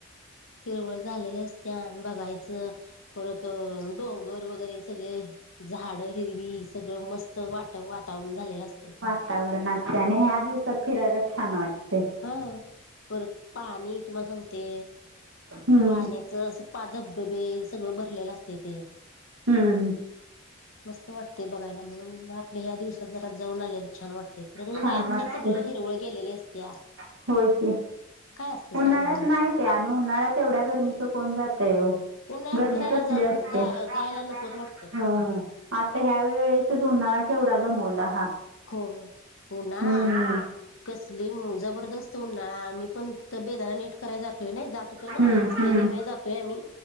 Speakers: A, on the left; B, on the right.
A: हिरवळ झालेल्या असत्या बघायचं परत डोंगर वगैरे सगळे झाड हिरवी सगळं मस्त वाट वातावरण झालेलं असते
B: वातावरणाचे आणि ह्या दिवसात फिरायला छान वाटत
A: हा पर पाणी तुम्हाला सांगते
B: हम्म
A: पाण्यात पा धबधबे सगळं भरलेलं असते ते
B: हम्म.
A: मस्त वाटतेय बघायला म्हणून म आपल्या ह्या दिवसात जरात जाऊन आलेला छान वाटते परत
B: छान
A: उनत
B: वाटते.
A: काही सगळं हिरवळ गेलेले असत्या
B: होय ते
A: काय असते सांगा
B: उन्हाळ्यात नाहीत आहे आणि उन्हाळ्यात एवढ्या गर्मीचं कोण जातय
A: उन्हाळ्यात
B: गरमी
A: फिरायला
B: कसली
A: जाऊ
B: असते
A: जा
B: हा
A: जायला नकोच वाटते.
B: आता ह्या वेळेसच उन्हाळा केवढा दमवला हा
A: ख उन्हाळा
B: हम्म.
A: कसली जबरदस्त उन्हाळा आम्ही पण ति बेदाला नीट कराय जातोय नाही जात होतो
B: हम्म
A: ना
B: हम्म
A: असत तेव्हा जातोय आम्ही